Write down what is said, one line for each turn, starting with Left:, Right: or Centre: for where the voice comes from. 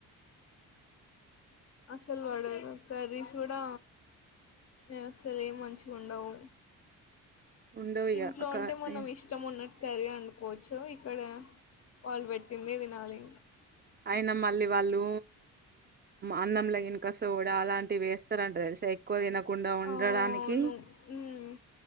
Left: అసలు వాడదు కర్రీస్ కూడా అసలు ఏం మంచిగా ఉండవు
Right: ఉండవు ఇగ
Left: ఇంట్లో
Right: క
Left: అంటే మనం ఇష్టం ఉన్నట్టు కర్రీ వండుకోవచ్చు ఇక్కడ వాళ్ళు పెట్టిందే తినాలి
Right: అయినా మళ్ళీ వాళ్ళు అన్నంలాగినకా సోడ అలాంటివి వేస్తారంటారు ఎక్కువ తినకు కుండా ఉండడానికి
Left: అవును ఉమ్